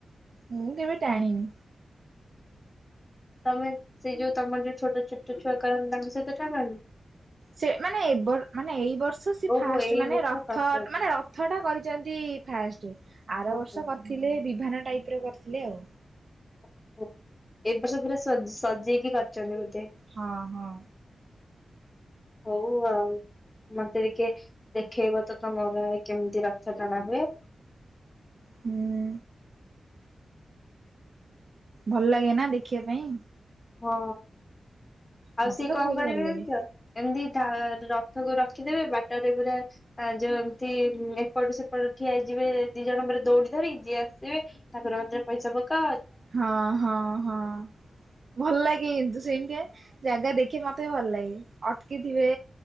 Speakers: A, on the right; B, on the left.
A: ମୁଁ କେବେ ଟାଣିନି।
B: ତମେ ସେଇ ଯୋଉ ତମର ଯୋଉ ଛୋଟ ଛୋଟ ଛୁଆ କରନ୍ତି ତାଙ୍କ ସହିତ ଟାଣନି?
A: ସେ ମାନେ ଏ ବର ମାନେ ଏଇ ବର୍ଷ ସେ
B: ଓହୋ
A: ଫାଷ୍ଟ
B: ଏଇ
A: ମାନେ
B: ବର୍ଷ
A: ରଥ
B: କରିଛନ୍ତି
A: ମାନେ ରଥଟା କରିଛନ୍ତି ଫାଷ୍ଟ ଆର
B: ଓହୋ
A: ବର୍ଷ କରିଥିଲେ ବିଭାନ ଟାଇପର କରିଥିଲେ ଆଉ।
B: ଓହୋ ଏ ବର୍ଷ ପୁରା ସଜେଇକି କରିଛନ୍ତି ବୋଧେ।
A: ହଁ ହଁ।
B: ହଉ ଆଉ। ମତେ ଟିକେ ଦେଖେଇବ ତ ତମ ଗାଁରେ କେମିତି ରଥ ଟଣା ହୁଏ।
A: ହୁଁ ଭଲ ଲାଗେ ନା ଦେଖିବା ପାଇଁ
B: ହଁ ଆଉ
A: ମତେ
B: ସିଏ
A: ତ
B: କଣ
A: ବହୁତ
B: କରିବେ
A: ଭଲ ଲାଗେ।
B: ଜଣିିଛ? ଏମିତି ରଥକୁ ରଖିଦେବେ ବାଟରେ ପୁରା ଆ ଯୋଉ ଏମିତି ଏପଟୁ ସେପଟ ଠିଆ ହେଇଯିବେ ଦି ଜଣ ପରେ ଦୌଡି ଧରିି ଯିଏ ଆସିବେ ଠାକୁର ମନ୍ଦିରେ ପଇସା ପକା
A: ହଁ, ହଁ, ହଁ। ଭଲ ଲାଗେ କିନ୍ତୁ ସେମିତି ଜାଗା ଦେଖି ମତେ ବି ଭଲ ଲାଗେ। ଅଟକିଥିବେ